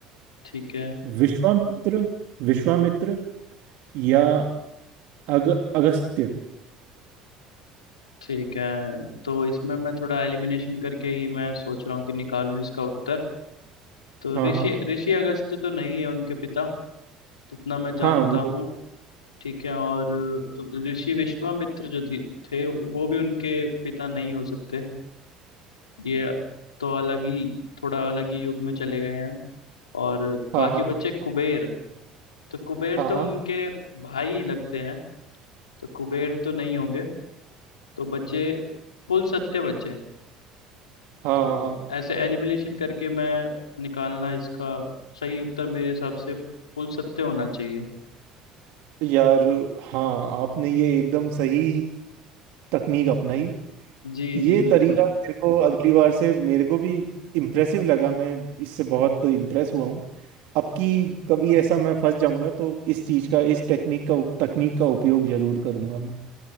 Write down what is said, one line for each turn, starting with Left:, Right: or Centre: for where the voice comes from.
Left: ठीक है
Right: विश्वामित्र विश्वामित्र या अग अगस्त्य
Left: ठीक है तो इसमें मैं थोड़ा एलिमिनेशन करके ही मैं सोच रहा हूँ कि निकालूं इसका उत्तर तो
Right: हाँ
Left: ऋषि
Right: हाँ
Left: ऋषि अगस्त्य तो नहीं है उनके पिता जितना मैं जानता
Right: हाँ वो
Left: हूँ ठीक है और ऋषि विश्वामित्र जो थी- थे वो भी उनके पिता नहीं हो सकते ये तो अलग ही थोड़ा अलग ही युग में चले गए हैं हम और बाकी
Right: हाँ हाँ
Left: बच्चे कुबेर तो कुबेर
Right: हाँ
Left: तो
Right: हाँ
Left: उनके भाई लगते हैं तो कुबेर तो नहीं होंगे तो बचे कुल सत्य बचे
Right: हाँ
Left: तो
Right: हाँ
Left: ऐसे एलिमिनेशन करके मैं निकालना इसका सही उत्तर मेरे हिसाब से कुल सत्य होना चाहिए
Right: यार हाँ आपने ये एकदम सही तकनीक अपनाई
Left: जी
Right: ये
Left: जी बिल्कुल
Right: तरीका मेरे को अगली बार से मेरे को भी इम्प्रेसिव लगा मैं इससे बहुत इम्प्रेस हुआ हूँ अब की कभी ऐसा मैं फंस जाऊंगा तो इस चीज का इस टेक्निक का तकनीक का उपयोग जरूर करूंगा मैं